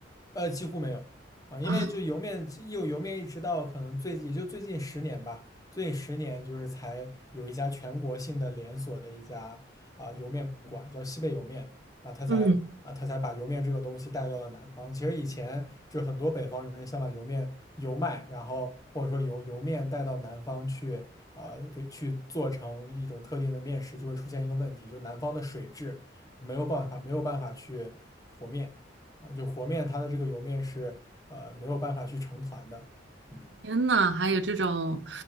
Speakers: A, on the left; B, on the right.
A: 呃，几乎没有啊，因为就油面，
B: 啊，
A: 有油面一直到可能最近，也就最近十年吧，最近十年就是才有一家全国性的连锁的一家啊、油面馆，叫西北油面啊，他才啊他才把油面这个东西带到了南方。
B: 嗯
A: 其实以前就很多北方人想把油面油麦，然后或者说油油面带到南方去啊、给去做成一种特定的面食，就会出现一个问题，就南方的水质没有办法没有办法去和面。啊、就和面它的这个油面是呃没有办法去成团的。嗯，
B: 天呐，还有这种，